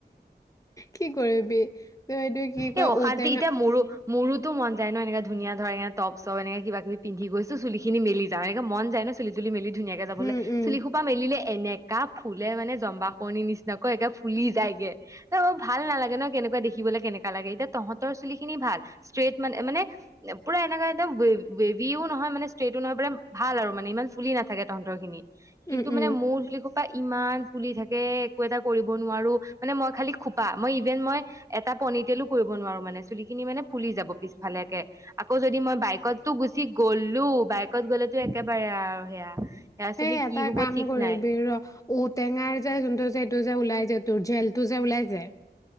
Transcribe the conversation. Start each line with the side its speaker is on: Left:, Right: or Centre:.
Left: কি কৰিবি তই এইটো কি কয়
Right: এই অশান্তি
Left: ঔটেঙা
Right: এতিয়া মোৰ, মোৰোতো মন যায় ন, এনেকা ধুনীয়া ধৰ তপ চপ এনে কিবা কিবি পিন্ধি গৈছোঁ, চুলিখিনি মেলি যাও এনেকে মন যায় ন চুলি তুলি মে ধুনীয়াকে যাবলৈ,
Left: উম, উম,
Right: চিলুলিসোপা মেলিলে এনেকা ফুলে মানে জম্বাসুৰনি নিচিনা। নকয় একে ফুলি যায়গে। ত' ভাল নালাগে ন, কেনেকুৱা দেখিবলৈ শিকিবলৈ কেনেককা লাগে। এতিয়া তহতৰ চুলি খিনি ভাল ষ্ট্ৰেইট মানে, মানে পোৰা এনেকা একদম। ৱেভিও নহয়, মানে ষ্ট্ৰেইটো নহয় মানে, ভাল আৰু মানে ইমান ফুলি নাথাকে তহতৰ খিনি। কিন্তু
Left: উম, উম,
Right: মানে মোৰ চুলি সোপা ইমান ফুলি থাকে, একো এটা কৰিব নোৱাৰোঁ। মানে মই খালি খোপা, মই ই যেন মই এটা পনি টেইলো কৰিব নোৱাৰোঁ মানে, চুলি খিনি মানে ফুলি যাব পিছফালেকে, আকৌ যদি মই বাইক আগতো গুচি গ'লো। বাইকত কত গ'লেতো একেবাৰে আৰু সেয়া সেয়া চুলি
Left: সেই এটা
Right: কি হব
Left: কাম
Right: ঠিক
Left: কৰিবি
Right: নাই
Left: ৰ ঔটেঙাৰ যে যোনটো যে এইটো যে ওলাই যে তোৰ জেলটো যে ওলাই যে